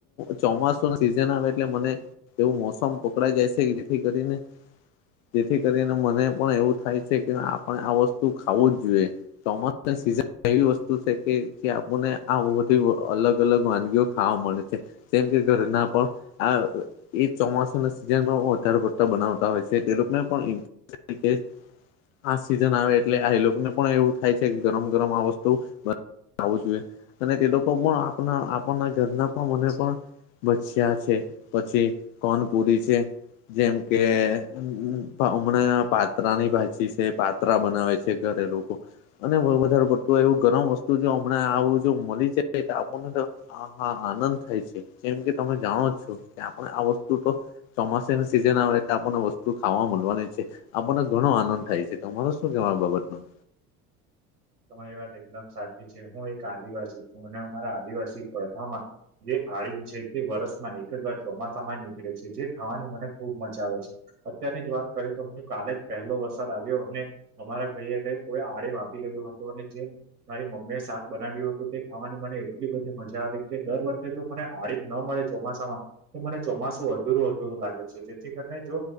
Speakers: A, on the left; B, on the right.
A: ચોમાસું સીઝન આવે એટલે મને એવું મોસમ પકડાઈ જાય છે જેથી કરીને જેથી કરીને મને પણ એવું થાય છે કે આપણે આ વસ્તુ ખાવું જ જોઈએ ચોમાસ સીઝન એવી વસ્તુ છે કે જે આપણને આ બધી અલગ અલગ વાનગીઓ ખાવા મળે છે તેમમ કે ઘરે ના પણ આ એ ચોમાસાના સીઝન વધારો કરતા બનાવતા હોય છે તે લોકોને પણ આ સિઝન આવે એટલે આ લોકોને પણ એવું થાય ગરમ ગરમ આ વસ્તુ આવું જોઈએ, અને તે લોકો પણ આપના આપણના ઘરના પણ મને પણ બછિયા છે, પછી કોનપુરી છે. જેમ કે હમણાં પાત્રાની ભાજી છે. પાતરા બનાવે છે ઘરે લોકો. અને વધારે પડતું એવું ગરમ વસ્તુ જો હમણાં આવું જો મળી જાય તો આપણને તો હા હા આનંદ થાય છે, કેમ કે તમે જાણો છો, કે આપણે આ વસ્તુ તો ચોમાસા ન સિઝન આવેટ આપણને વસ્તુ ખાવા મળવાની છે. આપણને ઘણો આનંદ થાય છે તમારો શું કેવા આ બાબતમાં?
B: તમારી વાત એકદમ સાચી છે હું એક આદિવાસી છું અને અમારા આદિવાસી પ્રથામાં જે આળીમ છે તે વરષમાં એક જ વાર ચોમાસામાં જ નીકળે છે જે થાવાની મને ખુબ મજા આવે છે. અત્યારની જ વાત કરીએ તો હું કાલે જ પહેલો વરસાદ આવ્યો અને અમારા ઘઈ કોઈ આડે માપી ગયો હતું અને જેમ મારી મમ્મી એ શાક બનાવ્યું હતું તે ખાવાની મને એટલી બધી મજા આવી કે દર વર્ષે જો મને આલિમ ના મળે. ચોમાસામાં, મને ચોમાસું અધુરું અધુરું લાગે છે જેથી કરીને જો